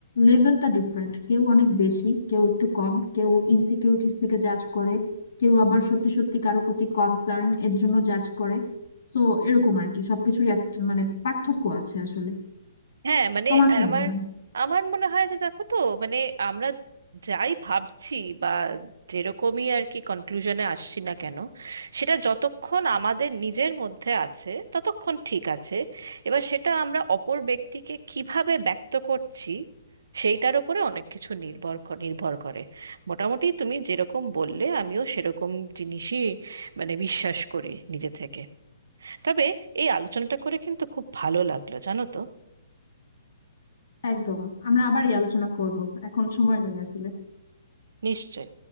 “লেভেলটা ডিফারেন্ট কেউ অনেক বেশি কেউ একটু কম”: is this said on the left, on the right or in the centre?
Left